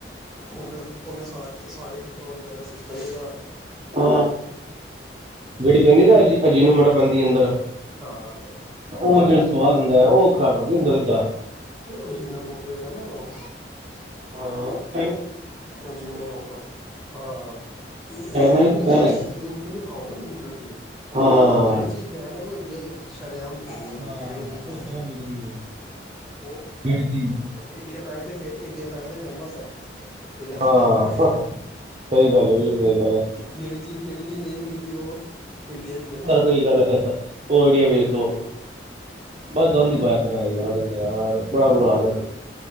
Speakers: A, in the centre; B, on the right.
A: ਨ ਉਹਨੇ ਸ ਸਾਰੇ ਅੰਦਰ ਦਾ ਸਿਸਟਮ ਹੀਲਾ
B: <unintelligible> ਜਿਹਨੂੰ ਮੋੜਾ ਪੈਂਦੀ ਹੈ ਅੰਦਰ।
A: ਹਾਂ।
B: ਉਹ ਜਿਹੜਾ ਸਵਾਦ ਹੁੰਦਾ ਉਹ ਖਰਾਬ ਕਰਦਾ ਅੰਦਰ ਸਿੱਧਾ।
A: ਅਜੀਨਾ ਮੋਟਾ ਜਿਹੜਾ ਨਾ ਔ
B: ਹਾਂ।
A: ਅਜੀਨੋ ਮੋਟਾ ਹਾਂ-ਹਾਂ
B: ਚਾਈਨਾ
A: ਉਹ
B: ਦੀ
A: ਲਿਮਿਟਡ
B: ਤਾਂ ਬੈਨ ਹੈਗੀ
A: ਲਿਮਿਟਡ ਖਾਓ ਨਾ ਲਿਮਿਟਡ
B: ਹਾਂ
A: ਜਿਹੜੀ ਚੀਜ਼ ਬੈਨ ਹੈ ਉਹ ਇੰਡੀਆ ਚ ਸ਼ਰੇਆਮ ਵਿਕਦੀ ਹੈਗੀ
B: ਹਾਂ
A: ਜਿਹੜੀ ਚੀਜ਼
B: ਉਹ
A: ਬੈਨ
B: ਤਰ੍ਹਾਂ
A: ਹੈ
B: ਨਿਕਦੀ ਹੈ
A: ਉਹ
B: ਜਿੜੀ
A: ਇੰਡੀਆ ਤਾਂ ਹੀ ਤੇ, ਇੰਡੀਆ ਤਏ ਤੇ ਫੇਮਸ ਹੈ। ਇਹਨਾਂ ਚੀਜ਼ਾਂ
B: ਹਾਂ
A: ਕਰ
B: ਸਹੀ ਗੱਲ ਹੈ ਬਿਲਕੁਲ ਸਹੀ ਗੱਲ ਹੈ
A: ਜਿਹੜੀ ਚੀਜ਼, ਜਿਹੜੀ ਚੀਜ਼, ਨਹੀਂ ਵਿਕਦੀ ਉਹ ਇੰਡੀਆ 'ਚ ਵੇਚੋ।
B: ਸਹੀ ਗੱਲ ਹੈ। ਉਹ ਵਿਡੀਆ ਵੇਖ ਲੋ,
A: ਹੂੰ
B: ਬਸ ਗੰਦ
A: ਹੂੰ
B: ਪਾਇਆ ਦਾ ਯਾਰ ਇਹਨੇ ਯਾਰ
A: ਇਹ
B: ਬੜਾ ਬੁਰਾ
A: ਗੰਦ
B: ਹਾਲ ਇਹ